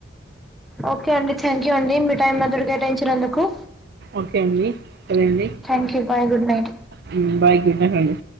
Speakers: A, in the centre; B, on the right (about 55°).
A: ఓకే అండి థ్యాంక్ యూ అండి మీ టైం మాతోటి కేటాయించినందుకు
B: ఓకే అండి సరే అండి
A: thank you bye good night
B: హ్మ్ బై గుడ్ నైట్ అండి